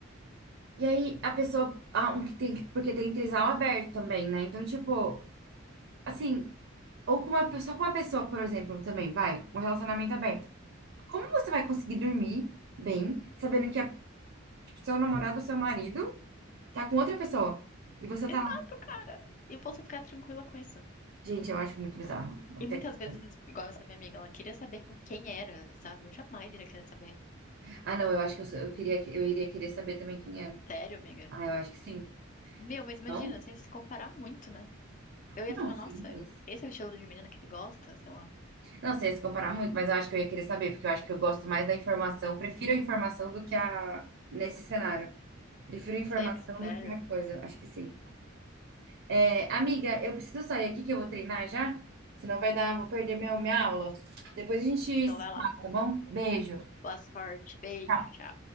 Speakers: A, on the right (about 65°); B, on the left (about 40°).
A: E aí a pessoa, ah, um que tem, porque tem trisal aberto também, né? Então, tipo, assim, Ou com uma, pe- só com uma pessoa, por exemplo, também, vai, um relacionamento aberto. Como você vai conseguir dormir bem, sabendo que a, tipo, seu namorado ou seu marido tá com outra pessoa? E você
B: Exato,
A: tá lá.
B: cara! E você ficar tranquila com isso.
A: Gente, eu acho muito bizarro. Não
B: E muitas
A: tem
B: vezes,
A: como.
B: igual essa minha amiga, ela queria saber com quem era, sabe? Eu jamais iria querer saber.
A: Ah, não, eu acho que eu, sou- eu queria, que- eu iria querer saber também quem era.
B: Sério, amiga?
A: Ah, eu acho que sim.
B: Meu, mas imagina,
A: Não?
B: você ia se comparar muito, né? Eu ia
A: Não,
B: falar,
A: sim,
B: nossa,
A: mas.
B: eu- esse é o estilo de menina que ele gosta, sei lá.
A: Não sei se comparar muito, mas eu acho que eu ia querer saber, porque eu acho que eu gosto mais da informação. Prefiro a informação do que a. Nesse cenário. Prefiro a informação
B: Você é que- sério?
A: do que a coisa. Acho que sim. É, amiga, eu preciso sair aqui que eu vou treinar já, senão vai dar, vou perder meu, minha aula. Depois a gente
B: Então
A: se
B: vai lá.
A: fala, tá bom? Beijo.
B: Boa sorte, beijo,
A: Tchau.
B: tchau.